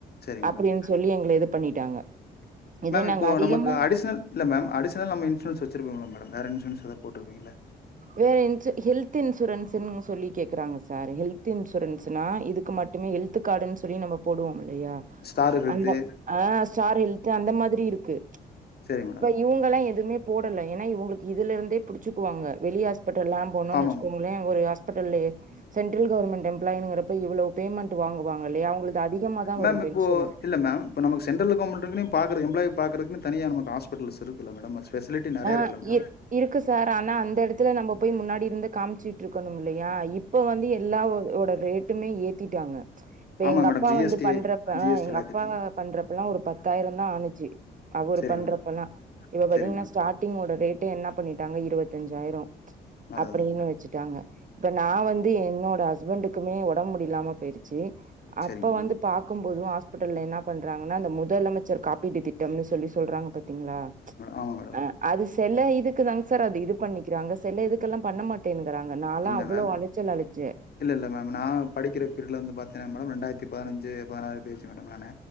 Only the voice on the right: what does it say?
அப்டின்னு
சொல்லி எங்கள இது பண்ணிட்டாங்க இதே
நாங்க அதிகமா
வேற இன்ஸ் ஹெல்த் இன்சூரன்ஸ்ன்னு சொல்லி கேக்குறாங்க சார் ஹெல்த் இன்சூரன்ஸ்னா இதுக்கு மட் டுமே ஹெல்து கார்டுன்னு சொல்லி நம்ம போடுவோம் இல்லையா
அந்த அ ஸ்டார் ஹெல்த் அந்த மாதிரி இருக்கு
இவங்கல்லாம் எதுவுமே போடல ஏன்னா இவுங்களுக்கு இதுல இருந்தே புடிச்சுக்குவங்க வெளி ஹாஸ்பிட்டல போனோன்
வச்சுோங்க <unintelligible> இங்க ஒரு ஹாஸ்பிட்டலை சென்டரல் கவர்மெண்ட் எம்ப்ளாய்ங்கிறப்ப இவ்ளோ பேமெண்ட் வாங்குவாங்க இல்லையா அவங்களுக்கு அதிகமா தான்
வரும்
பென்ஷனு
ஆ
இ இருக்கு சார் ஆனா அந்த இடத்துல நம்ம போய் முன்னாடி இருந்து காமிச்சுட்டு இருக்கணும் இல்லையா இப்போ வந்து எல்லாவோட ரேட்டுமே ஏத்திட்டாங்க இப்ப
எங்க
அப்பா
வந்து பண்றப்ப
எங்க
அப்பா பண்றப்பல்லா ஒரு பத்தாயிரந்தா ஆனுச்சு அவுரு
பண்றப்பல்லா
இப்ப பாத்தீங்கன்னா
ஸ்டார்டிங்கோட ரேட்ட என்ன பண்ணிட்டாங்க இருவத்திஞ்சாயிரோ
அப்டின்னு
வச்சிட்டாங்க இப்ப நா வந்து என்னோட ஹஸ் ஸ்பண்டுக்குமே ஒடம்பு முடிலாம போய்டுச்சி
அப்ப
வந்து பாக்கும்போது ஹாஸ்பிட்டல்ல என்ன பண்றாங்கன்னா இந்த முதலமைச்சர் காப்பீடு திட் டம்னு சொல்லி சொல்றாங்க பத்தீங்களா
அ அது செல இதுக்கு தாங் சார் அது இது பண்ணிக்கிறாங்க செல இதுக் க்குல்லா பண்ணமாட்டேன்னுங்குறாங்க நாலா
அவ்ளோ
அலைச்சல் அலிச்சே